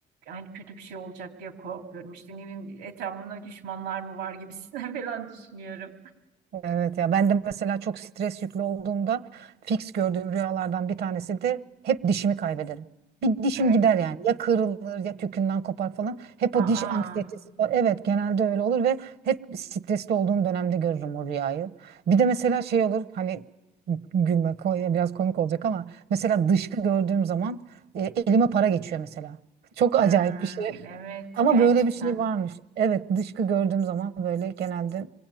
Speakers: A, on the right (about 90°); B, on the right (about 70°).
A: hani kötü bir şey olacak diye korkuyorum. İşte ne bileyim etrafımda düşmanlar mı var gibisinden <laughs> falan düşünüyorum.
B: Evet ya ben de mesela çok stres yüklü olduğumda fix gördüğüm rüyalardan bir tanesi de hep dişimi kaybederim. Bir dişim
A: Öyle.
B: gider yani ya kırılır ya kökünden kopar falan. Hep
A: Aa.
B: o diş anksiyetesi falan. Evet genelde öyle olur ve hep stresli olduğum dönemde görürüm o rüyayı. Bir de mesela şey olur hani gülme koy- biraz komik olacak ama mesela dışkı gördüğüm zaman e, elime para geçiyor mesela. Çok acayip
A: Hmm.
B: bir şey.
A: Evet
B: Ama
A: gerçekten.
B: böyle bir şey varmış. Evet dışkı gördüğüm zaman böyle genelde